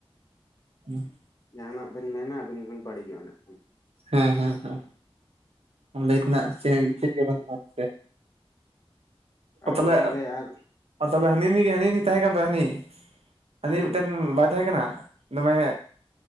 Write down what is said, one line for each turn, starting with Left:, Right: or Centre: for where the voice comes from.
Right: ᱦᱮᱸ,
Left: ᱡᱟᱦᱟᱱᱟᱜ ᱵᱮᱱ ᱢᱮᱱᱟ, ᱟᱵᱤᱱ ᱵᱤᱱ ᱵᱟᱹᱲᱤᱡᱚᱜᱼᱟ ᱤᱱᱟᱹᱜ ᱠᱷᱟᱱ᱾
Right: ᱦᱮᱸ ᱦᱮᱸ ᱦᱮᱸ ᱚᱸᱵᱮ ᱞᱟᱹᱭ ᱛᱮᱱᱟᱜ ᱪᱮᱫ ᱜᱮ ᱵᱟᱹᱱᱩᱜᱼᱟ ᱥᱮ᱾
Left: ᱟᱨ
Right: ᱛᱟᱦᱚᱞᱮ
Left: ᱚᱱᱠᱟᱜᱮ ᱟᱨ
Right: ᱛᱟᱦᱚᱞᱮ ᱦᱟᱱᱤᱱᱤ ᱜᱮ ᱦᱟᱹᱱᱤ ᱛᱟᱦᱮᱸ ᱠᱟᱱ ᱛᱚ ᱦᱟᱹᱱᱤ? ᱦᱟᱱᱤ
Left: ᱦᱮᱸ
Right: ᱢᱤᱫᱴᱮᱱ ᱵᱟᱭ ᱛᱟᱦᱮ ᱠᱟᱱᱟ? ᱫᱚᱢᱮ